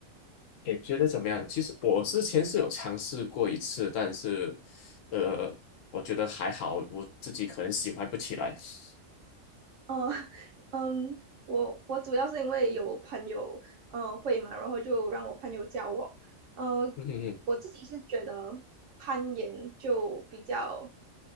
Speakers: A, on the left (about 75°); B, on the right (about 70°).
A: 也觉得怎么样？其实我之前是有尝试过一次，但是，呃，我觉得还好，我自己可能喜欢不起来。<laughs>
B: 呃 <laughs> 嗯，我我主要是因为有朋友呃会嘛，然后就让我朋友教我，呃
A: 嗯哼哼，
B: 我自己是觉得攀岩就比较